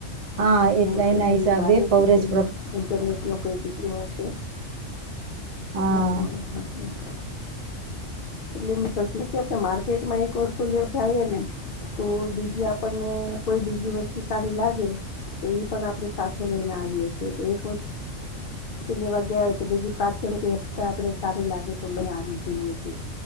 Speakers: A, on the right (about 40°); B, on the left (about 55°).
A: હા એટલે
B: તો
A: એના હિસાબે
B: લાગે
A: કવરેજ
B: છે કે
A: પ્રો
B: ઇન્ટરનેટ ન કઈ. પશે હમ
A: હા
B: હ હ હ.
A: હ.
B: એટલે આપ માર્કેટમાં એક વસ્તુ લેવ થાય ને તો બીજી આપણને બીજી વસ્તુ સારી લાગે તો એ પણ આપણે સાથે લઈને આવીએ છીએ તો એક વસ્તુ કેટલાં વાગ્યા હોય તો બીજી પાંસો રૂપિયા એસ્ટ્રા આપે છે બસ સારું લાગે તો મે આવી જોઈએ. અ